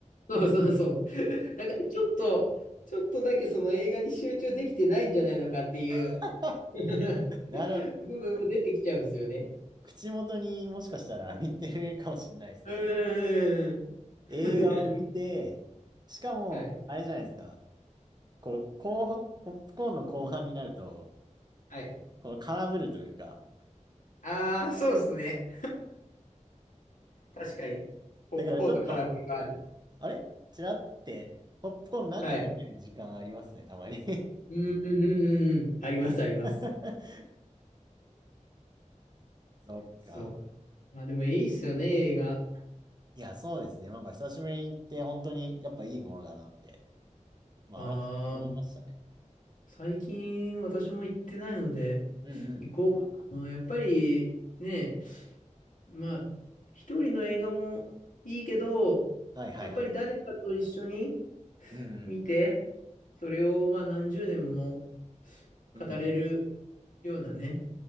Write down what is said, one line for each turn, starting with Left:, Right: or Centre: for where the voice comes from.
Left: そうそうそう。<laughs> だからちょっと、ちょっとだけその映画に集中できてないんじゃないのかっていう
Right: <laughs>
Left: <laughs>
Right: なるほど。
Left: 部分も出てきちゃうんですよね。
Right: 口元にもしかしたら見てるかもしれないですね。
Left: うーん。<laughs>
Right: 映画を見て、しかも、
Left: はい。
Right: あれじゃないですか。この後半、ポップコーンの後半になると、
Left: はい。
Right: この空振るというか、
Left: ああ、そうですね。確かに。ポップコーンの空振りがある。
Right: だからちょっと、あれちらって、ポップコーンの中見てる時間ありますね、
Left: はい。
Right: たまに。
Left: うん、うん、うん、うん。あります、あります。
Right: <laughs> そっか。
Left: そうか。まあでもいいっすよね、映画。
Right: いや、そうですね。なんか久しぶりに行って、本当にやっぱいいものだなって、まあ改めて思いましたね。
Left: ああ、最近私も行ってないので、
Right: うんうん。
Left: 行こうかな。やっぱりね、まあ、一人の映画もいいけど、
Right: はいはいはい。
Left: やっぱり誰かと一緒に
Right: うんうん。
Left: 見て、それをまあ何十年も
Right: うん
Left: 語れるようなね、